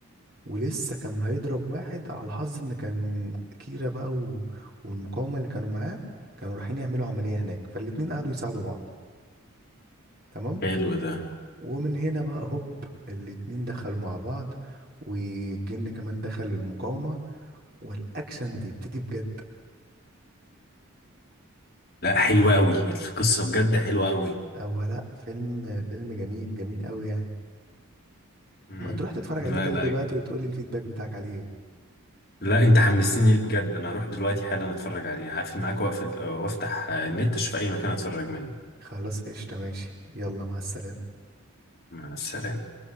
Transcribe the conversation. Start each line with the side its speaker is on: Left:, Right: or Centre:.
Right: ولسه كان هيضرب واحد على الحظ إن كان كيرا بقى و... والمقاومة اللي كانوا معاه كانوا رايحين يعملوا عملية هناك فالاتنين قعدوا يساعدوا بعض تمام
Left: حلو ده
Right: ومن هنا بقى هوب الاتنين دخلوا مع بعض والجن كمان دخل المقاومة والأكشن بيبتدي بجد
Left: لا حلو قوي القصة بجد حلوة قوي
Right: أو لأ فيلم فيلم جميل جميل قوي يعني
Left: امم
Right: ما تروح تتفرج
Left: لا
Right: عليه كده
Left: لا
Right: دلوقتي
Left: جامد.
Right: وتقولي الفيدباك بتاعك عليه ايه
Left: لا انت حمستني ليه بجد انا هروح دلوقتي حالا اتفرج عليه هقفل معاك واقفل وافتح النت اشوف اي مكان اتفرج منه
Right: خلاص قشطة ماشي يلا مع السلامة
Left: مع السلامة